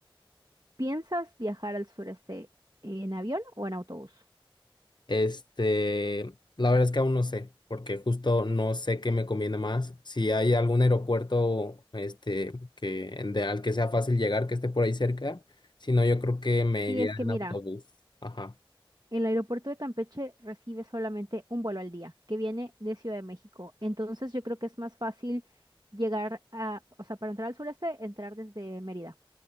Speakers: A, on the right; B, on the left.
A: ¿Piensas viajar al sureste en avión o en autobús?
B: Este, la verdad es que aún no sé, porque justo no sé qué me conviene más. Si hay algún aeropuerto, este, que en de- al que sea fácil llegar, que esté por ahí cerca, si no, yo creo que me
A: Sí,
B: iría
A: es que
B: en
A: mira,
B: autobús. Ajá.
A: el aeropuerto de Campeche recibe solamente un vuelo al día que viene de Ciudad de México. Entonces yo creo que es más fácil llegar a, o sea, para entrar al sureste, entrar desde Mérida.